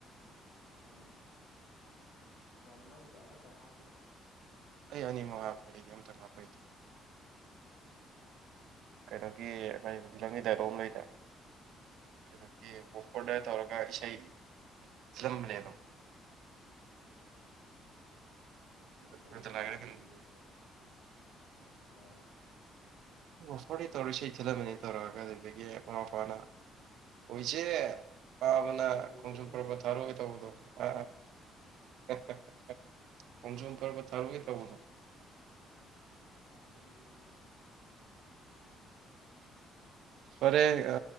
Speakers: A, on the left; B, on the right.
A: ꯅꯅꯦ ꯅꯪꯁꯦ ꯑꯃꯇꯪ ꯍꯥꯞꯄꯤꯔꯣꯑꯣ
B: ꯑꯩ ꯑꯅꯤꯃꯛ ꯍꯥꯞꯄꯦ ꯑꯩꯗꯤ ꯑꯃꯇꯪ ꯍꯥꯞꯄꯩꯗꯤ
A: ꯎ
B: ꯀꯩꯅꯣꯒꯤ ꯀ ꯍꯧꯖꯤ ꯂꯝꯪꯒꯤ ꯗꯥꯏꯔꯣ ꯑꯃ ꯂꯩꯗ ꯀꯩꯅꯗꯤ ꯑꯣꯐꯣꯔꯗ ꯇꯧꯔꯒ ꯏꯁꯩ ꯊꯤꯜꯂꯝꯕꯅꯦ ꯑꯗꯣ
A: ꯁ
B: ꯅꯠꯇ
A: ꯊꯤꯂ
B: ꯂꯥꯏꯔ
A: ꯑꯃ
B: ꯀꯩꯅꯣ
A: ꯃꯅꯤꯒ ꯇ ꯑꯥ
B: ꯁꯤ ꯀꯧ ꯇꯧꯔꯤꯁꯤ ꯊ ꯃꯅꯤꯅ ꯇꯧꯔ ꯀꯀꯗꯤ ꯑꯗꯒꯤ ꯃꯃꯥ ꯐꯄꯥꯅ ꯑꯩꯁꯦ ꯄꯥꯕꯅ
A: ꯑꯣ ꯔꯦꯗꯤꯑꯣꯒꯤꯗꯣ
B: ꯈꯣꯡꯆꯨ ꯈꯔꯄ ꯊꯥꯔꯑꯣꯏ ꯇꯧꯕꯗꯣ ꯑ ꯑꯣꯣꯡꯁꯝ ꯇꯔꯕ ꯊꯥꯔꯨꯒꯦ ꯇꯧꯕꯗꯣ
A: ꯁꯤ ꯈꯥꯏꯕꯅꯦ
B: ꯐꯔꯦ ꯑ